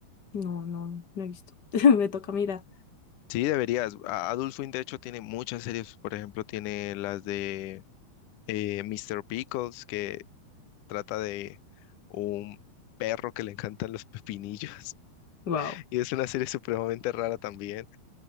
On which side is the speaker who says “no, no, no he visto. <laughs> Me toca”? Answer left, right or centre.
Left